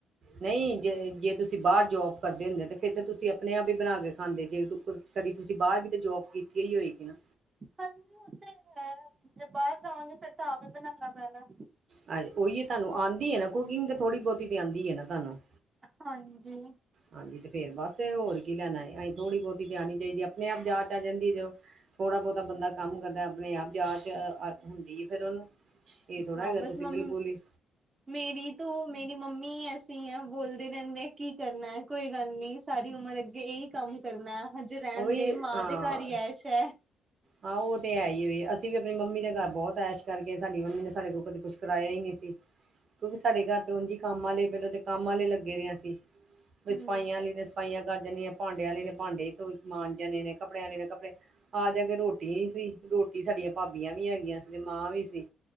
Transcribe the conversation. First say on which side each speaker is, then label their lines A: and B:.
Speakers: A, on the right (about 50°); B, on the right (about 25°).
A: ਨਹੀਂ ਜੇ, ਜੇ ਤੁਸੀਂ ਬਾਹਰ ਜੋਬ ਕਰਦੇ ਹੁੰਦੇ ਤਾਂ, ਫਿਰ ਤਾਂ ਤੁਸੀਂ ਆਪਣੇ ਆਪ ਹੀ ਬਣਾ ਕੇ ਖਾਂਦੇ ਜੇ ਕਦੀ ਤੁਸੀਂ ਬਾਰ ਵੀ ਤਾਂ ਜੋਬ ਕੀਤੀ ਹੀ ਹੋਏਗੀ ਨਾ?
B: ਹਾਂਜੀ ਉਹ ਤੇ ਹੈ, ਜੇ ਬਾਹਰ ਜਾਵਾਂਗੇ ਫਿਰ ਤਾਂ ਆਪ ਹੀ ਬਣਾਣਾ ਪੈਣਾ।
A: ਹਾਂ ਉਹੀ ਹੈ ਤੁਹਾਨੂੰ ਆਂਦੀ ਹੈ ਨਾ ਕੁਕਿੰਗ ਤੇ ਥੋੜੀ ਬਹੁਤੀ ਤੇ ਆਂਦੀ ਏ ਨਾ ਤੁਹਾਨੂੰ।
B: ਹਾਂਜੀ।
A: ਹਾਂਜੀ ਤੇ ਫੇਰ ਬਸ ਹੋਰ ਕੀ ਲੈਣਾ ਏ, ਅਸੀਂ ਥੋੜ੍ਹੀ ਬਹੁਤੀ ਤੇ ਆਣੀ ਚਾਹੀਦੀ ਹੈ ਆਪਣੇ ਆਪ ਜਾਚ ਆ ਜਾਂਦੀ ਹੈ ਜਦੋਂ ਥੋੜਾ ਬਹੁਤਾ ਬੰਦਾ ਕੰਮ ਕਰਦਾ, ਆਪਣੇ ਆਪ ਜਾ ਚ ਹੁੰਦੀ ਹੈ ਫਿਰ ਉਹਨੂੰ। ਇਹ ਥੋੜਾ
B: ਹਾਂ
A: ਹੈਗਾ
B: ਬਸ
A: ਤੁਸੀਂ
B: ਮੰਮੀ,
A: ਬਿਲਕੁਲ ਹੀ
B: ਮੇਰੀ ਤੋ ਮੇਰੀ ਮੰਮੀ ਸੀ ਹ ਬੋਲਦੇ ਰਹਿੰਦੇ ਕੀ ਕਰਨਾ ਐ, ਕੋਈ ਗੱਲ ਨੀ ਸਾਰੀ ਉਮਰ ਅੱਗੇ ਈ ਕੰਮ ਕਰਨਾ, ਹਜੇ ਰਹਿਣ
A: ਉਹ ਵੀ
B: ਦੇ, ਮਾਂ
A: ਹਾਂ
B: ਦੇ ਘਰ ਹੀ ਐਸ਼ ਹੈ।
A: ਹਾਂ ਉਹ ਤੇ ਹੈ ਹੀ ਹੋਈ, ਅਸੀਂ ਵੀ ਆਪਣੀ ਮੰਮੀ ਦੇ ਘਰ ਬਹੁਤ ਐਸ਼ ਕਰਕੇ ਸਾਡੀ ਮੰਮੀ ਨੇ ਸਾਡੇ ਕੋਲ ਕਦੇ ਕੁਛ ਕਰਾਇਆ ਹੀ ਨਹੀਂ ਸੀ। ਕਿਉਂਕਿ ਸਾਡੇ ਘਰ ਤੇ ਉਂਝ ਹੀ ਕੰਮ ਵਾਲੇ, ਪਹਿਲਾਂ ਕੰਮ ਵਾਲੇ ਲੱਗੇ ਰਹੇ ਸੀ। ਵੀ
B: ਹੂੰ
A: ਸਫਾਈਆਂ ਵਾਲੀ ਨੇ ਸਫਾਈਆਂ ਕਰ ਦੇਣੀਆਂ, ਭਾਂਡਿਆਂ ਵਾਲੇ ਨੇ ਭਾਂਡੇ ਤੋਂ ਧੋ ਮਾਂਝ ਜਾਣੇ ਨੇ, ਕੱਪੜਿਆਂ ਵਾਲੇ ਨੇ ਕੱਪੜੇ ਇਕ ਕੇ ਰੋਟੀਓ ਹੀ ਸੀ, ਰੋਟੀ ਸਾਡੀਆਂ ਭਾਬੀਆਂ ਵੀ ਹੈਗੀਆਂ ਸੀ ਤੇ ਮਾਂ ਵੀ ਸੀ।